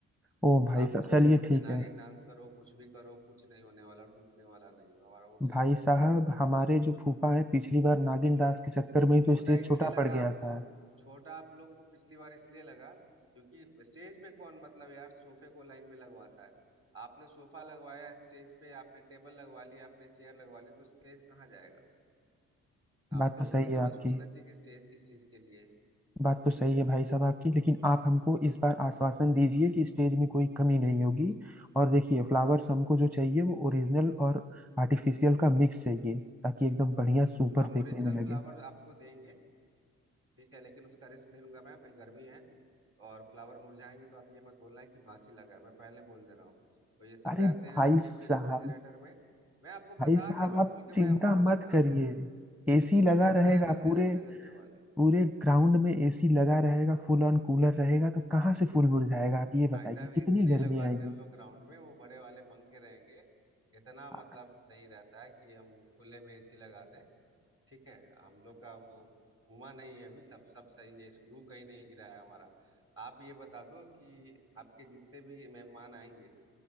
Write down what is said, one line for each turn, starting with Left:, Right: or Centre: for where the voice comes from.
Centre: ओ भाई
Right: आप
Centre: साहब
Right: उस पर
Centre: चलिए
Right: लौट के
Centre: ठीक
Right: नागिन
Centre: है
Right: डांस करो कुछ भी करो कुछ नहीं होने वाला टूटने वाला नहीं है हमारा वो फिक्स
Centre: भाई
Right: रहता
Centre: साहब
Right: है
Centre: हमारे जो फूफा है पिछली बार नागिन दास के चक्कर में ही
Right: छोटा
Centre: तो स्टेज छोटा
Right: इसलिए लगा
Centre: पड़ गया
Right: आपको
Centre: था
Right: छोटा आप लोग को पिछली बार इसलिए लगा क्योंकि स्टेज पे कौन मतलब यार सोफे को लाइन में लगवाता है आपने सोफा लगवाया स्टेज पे आपने टेबल लगवा ली आपने चेयर लगवा ली तो स्टेज कहाँ जाएगा आप
Centre: बात
Right: लोग
Centre: तो सही
Right: को भी
Centre: है
Right: थोड़ा
Centre: आपकी
Right: सोचना चाहिए कि स्टेज किस चीज के लिए है
Centre: बात तो सही है भाई साहब आपकी लेकिन आप हमको इस बार आश्वासन दीजिए कि स्टेज में कोई कमी नहीं होगी और देखिए फ्लावर्स हमको जो चाहिए वो ओरिजिनल और आर्टिफिशियल का मिक्स चाहिए ताकि एकदम बढ़िया सुपर
Right: हम
Centre: देखने
Right: ओरिजिनल
Centre: में लगे
Right: फ्लावर आपको देंगे ठीक है लेकिन उसका रिस्क नहीं लूंगा मैं भाई गर्मी है और फ्लावर मुरझाएंगे तो आप ये मत बोलना है कि बासी लगा है मैं पहले बोल दे रहा हूँ तो ये सब
Centre: अरे
Right: रहते
Centre: भाई
Right: हैं रखे हुए
Centre: साहब
Right: रेफ्रिजरेटर में मैं आपको
Centre: भाई
Right: बता
Centre: साहब
Right: दे रहा हूँ
Centre: आप
Right: खुल के भाई
Centre: चिंता
Right: हम लोग का
Centre: मत
Right: काम
Centre: करिए
Right: है
Centre: एसी
Right: वो
Centre: लगा
Right: सूखते
Centre: रहेगा
Right: हैं जल्दी
Centre: पूरे
Right: रेफ्रिजरेटर वाले
Centre: पूरे ग्राउंड में एसी लगा रहेगा फुल ऑन कूलर रहेगा तो कहाँ से फूल मुरझाएगा आप ये
Right: भाई
Centre: बताइए
Right: साहब एसी
Centre: कितनी
Right: नहीं
Centre: गर्मी
Right: लगवाते
Centre: आएगी
Right: हम लोग ग्राउंड में वो बड़े वाले पंखे रहेंगे इतना
Centre: अ-
Right: मतलब नहीं रहता है कि हम खुले में एसी लगा दें ठीक है हम लोग का वो घुमा नहीं है अभी सब सब सही है स्क्रू कहीं नहीं गिरा है हमारा आप ये बता दो कि आपके जितने भी मेहमान आएंगे